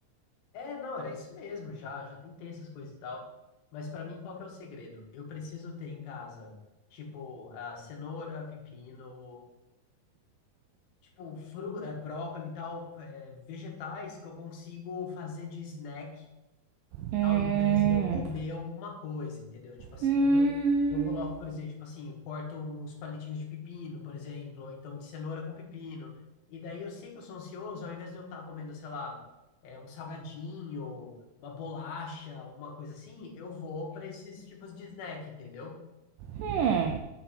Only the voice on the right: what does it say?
Hum,
hum,
hum.